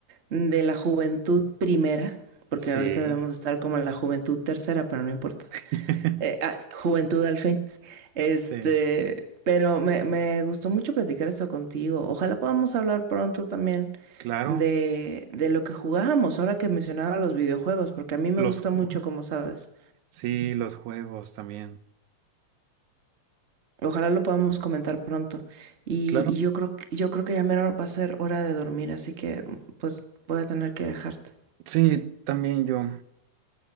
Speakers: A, on the right (about 40°); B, on the right (about 85°).
A: de la juventud primera, porque
B: Sí,
A: ahorita debemos de estar como en la juventud tercera, pero no importa.
B: <laughs>
A: Eh, ah, juventud al fin. Este,
B: sí,
A: pero me, me gustó mucho platicar esto contigo. Ojalá podamos hablar pronto también
B: claro.
A: de, de lo que jugábamos, ahora que mencionaba los videojuegos, porque a mí me
B: Los,
A: gusta
B: ju-
A: mucho, como sabes.
B: sí, los juegos también.
A: Ojalá lo podamos comentar pronto. Y,
B: Claro.
A: y yo creo que, yo creo que ya mero va a ser hora de dormir, así que pues voy a tener que dejarte.
B: Sí, también yo.